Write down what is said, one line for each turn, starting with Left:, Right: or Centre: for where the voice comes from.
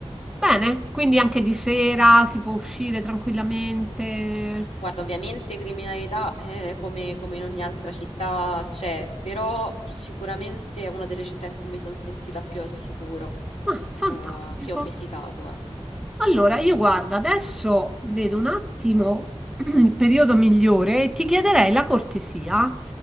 Centre: Bene, quindi anche di sera si può uscire tranquillamente.
Left: Guarda, ovviamente criminalità eh, come, come in ogni altra città c'è, però sicuramente è una delle città in cui mi sono sentita più al sicuro
Centre: Ah, fantastico.
Left: eh, che ho visitato, ecco.
Centre: Allora, io guarda, adesso vedo un attimo <clears throat> il periodo migliore e ti chiederei la cortesia,